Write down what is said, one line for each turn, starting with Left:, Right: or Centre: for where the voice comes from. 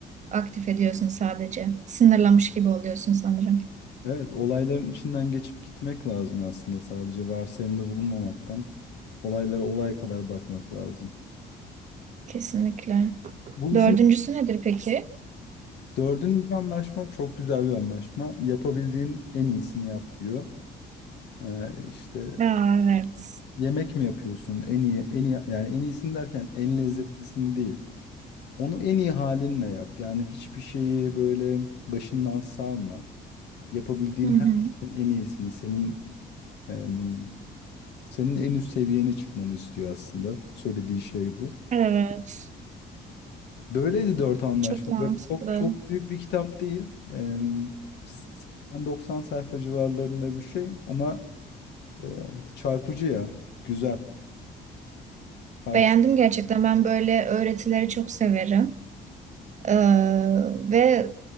Right: aktif ediyorsun sadece. Sınırlamış gibi oluyorsun sanırım.
Left: evet olayların içinden geçip gitmek lazım aslında sadece varsayımda bulunmamaktan olaylara olay kadar bakmak lazım.
Right: Kesinlikle.
Left: Bu
Right: Dördüncüsü
Left: üçüncü
Right: nedir peki?
Left: Dördüncü anlaşma çok güzel bir anlaşma. Yapabildiğin en iyisini yap diyor. Ee, işte
Right: Aa, evet.
Left: yemek mi yapıyorsun? En iyi, en iyi yani en iyisini derken en lezzetlisini değil. Onu en iyi halinle yap. Yani hiçbir şeyi böyle başından savma. Yapabildiğin
Right: Hı hı.
Left: her şeyin en iyisini, senin em, senin en üst seviyene çıkmanı istiyor aslında. Söylediği şey bu.
Right: Evet.
Left: Böyleydi dört anlaşma.
Right: Çok mantıklı.
Left: Böyle çok çok büyük bir kitap değil. Em, 80-90 sayfa civarlarında bir şey ama e, çarpıcı ya. Güzel. Tavsiye.
Right: Beğendim gerçekten. Ben böyle öğretileri çok severim. Ee, ve